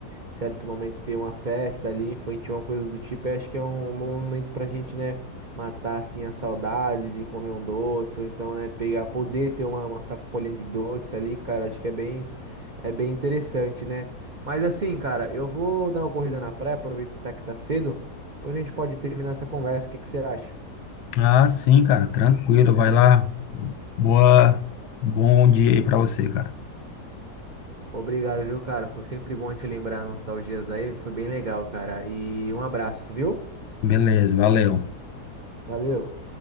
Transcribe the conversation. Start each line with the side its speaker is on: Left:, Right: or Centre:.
Right: em certo momento ter uma festa ali, infantil, uma coisa do tipo, e acho que é um, um bom momento pra gente, né, matar assim a saudade de comer um doce, ou então, né, pegar, poder ter uma, uma sacolinha de doce ali, cara, acho que é bem, é bem interessante, né? Mas assim, cara, eu vou dar uma corrida na praia, aproveitar que tá cedo, depois a gente pode terminar essa conversa, o que que você acha?
Left: Ah, sim, cara, tranquilo, vai lá. Boa, bom dia aí pra você, cara.
Right: Obrigado, viu, cara? Foi sempre bom te lembrar nostalgias aí. Foi bem legal, cara. E um abraço, viu?
Left: Beleza, valeu.
Right: Valeu.